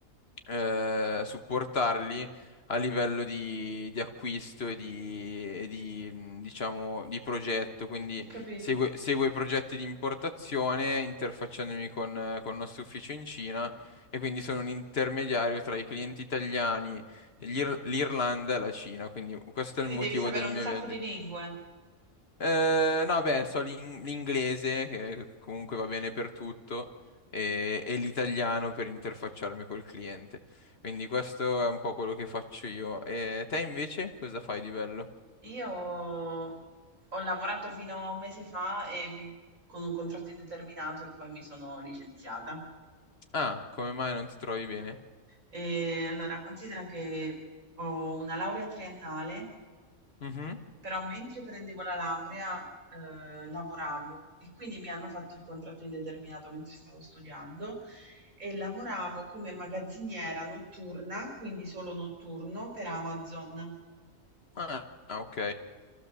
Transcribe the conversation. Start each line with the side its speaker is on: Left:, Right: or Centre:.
Left: eh, supportarli a livello di, di acquisto e di, e di, mh, diciamo, di progetto. Quindi
Right: ho capito.
Left: segue, segue i progetti di importazione, interfacciandomi con, eh, con il nostro ufficio in Cina e quindi sono un intermediario tra i clienti italiani, l'Ir- l'Irlanda e la Cina. Quindi questo
Right: Quindi
Left: è il motivo
Right: devi sapere
Left: del
Right: un
Left: mio
Right: sacco
Left: viaggio
Right: di lingue.
Left: eh, no, beh, so l'in- l'inglese, che comunque va bene per tutto, e, e l'italiano per interfacciarmi col cliente. Quindi questo è un po' quello che faccio io. E te invece cosa fai di bello?
Right: Io ho lavorato fino a un mese fa e mi- con un contratto indeterminato e poi mi sono licenziata.
Left: Ah, come mai non ti trovi bene?
Right: E allora, considera che ho una laurea triennale
Left: Mhm.
Right: Però mentre prendevo la laurea, eh, lavoravo e quindi mi hanno fatto il contratto indeterminato mentre stavo studiando e lavoravo come magazziniera notturna, quindi solo notturno per Amazon.
Left: Ah, ah, ok.